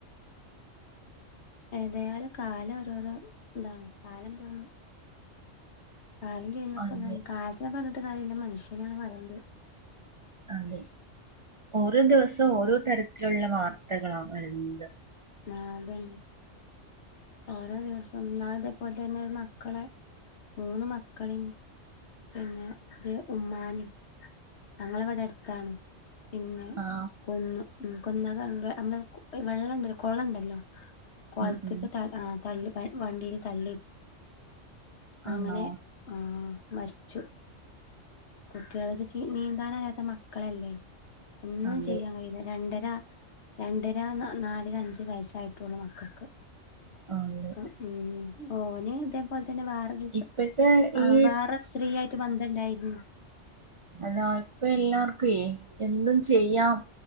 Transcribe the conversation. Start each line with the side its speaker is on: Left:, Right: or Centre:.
Left: ഏതായാലും കാലം ഓരോരോ ഇതാണ് കാലം എന്തുന്ന് കാലം ചെയ്യുന്നൊക്കെ
Right: അതെ
Left: ത് കാലത്തിനെ പറഞ്ഞിട്ട് കാര്യല്ല മനുഷ്യനെയാണ് പറയണ്ടത്
Right: അതെ ഓരോ ദിവസം ഓരോ തരത്തിലുള്ള വാർ വാർത്തകളാ വരുന്ത്‌
Left: നാ ദെൻ ഓരോ ദിവസം ഇന്നാളെത്തെപോലെ തന്നെ മക്കളെ മൂന്ന് മക്കളെയും പിന്നെ ഒരു ഉമ്മാനും നങ്ങളവിടെ അടുത്താണ് പിന്നെ
Right: ആഹ്
Left: കൊന്ന് മ് കൊന്നതാന്റ്‌റെ അമ്മളെ കു വെള്ളംണ്ടല്ലോ കൊളം ണ്ടല്ലോ കൊളത്തേക്ക്
Right: ഉം ഉം
Left: ത ആ തള്ളി വെ വണ്ടിയില് തള്ളി
Right: ആണോ
Left: അങ്ങനെ ആ മരിച്ചു കുട്ടികൾക്ക് ച്ചി നീന്താനറിയാത്ത മക്കളല്ലേ ഒന്നും
Right: അതെ
Left: ചെയ്യാൻ കഴിയില്ല രണ്ടര ര രണ്ടര ന നാലര അഞ്ച വയസ്സായിട്ടുള്ള മക്കക്ക്
Right: അതെ
Left: ഉം ഓനെ ഇത തന്നെ വേറെരു
Right: ഇപ്പഴത്തെ
Left: ആ
Right: ഈ
Left: വേറെര് സ്ത്രീ ആയിട്ട് ബന്ധമുണ്ടായിരുന്നു
Right: അതാ ഇപ്പ എല്ലാർക്കേ എന്തും ചെയ്യാം